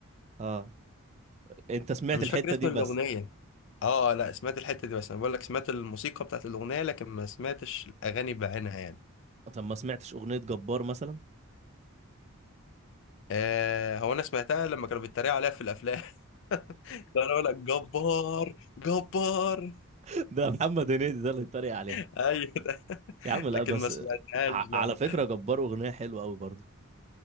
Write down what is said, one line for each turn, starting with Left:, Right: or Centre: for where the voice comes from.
Right: اه انت سمعت
Left: أنا مش
Right: الحتة
Left: فاكر اسم
Right: دي
Left: الأغنية
Right: بس
Left: اه لا سمعت الحتة دي بس انا بقول لك سمعت الموسيقى بتاعت الأغنية لكن ما سمعتش الأغاني بعينها يعني
Right: طب ما سمعتش أغنية جبار مثلا؟
Left: آه هو انا سمعتها لما كانوا بيتريقوا عليها في الافلام <laughs> كانوا يقول لك جبار جبار
Right: <laughs> ده محمد هنيدي ده اللي اتريق عليها
Left: <laughs> ايوه ده.
Right: يا عم لا
Left: لكن
Right: بس
Left: ما سمعتهاش
Right: ع...
Left: لا
Right: على
Left: لا
Right: فكرة جبار أغنية حلوة قوي برضو